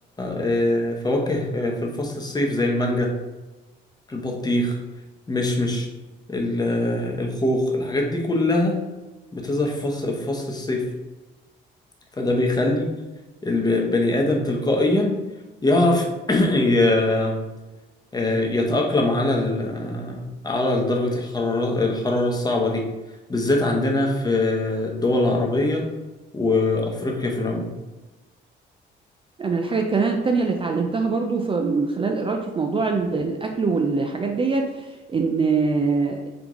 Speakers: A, on the left; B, on the right.
A: آه، فواكه آه، في الفصل الصيف زي المانجا البطيخ مشمش ال- آه، الخوخ الحاجات دي كلها بتظهر في فصل, في فصل الصيف فده بيخلي البني آدم تلقائيا يعرف <clears throat> ي- آه، يتأقلم على ال آه، على درجة الحرارة الحرارة الصعبة دي بالذات عندنا في الدول العربية وأفريقيا في العموم
B: انا الحاجه كمان التانية اللي اتعلمتها برضو في من خلال قرايتي في موضوع ال- الاكل والحاجات ديت ان آه،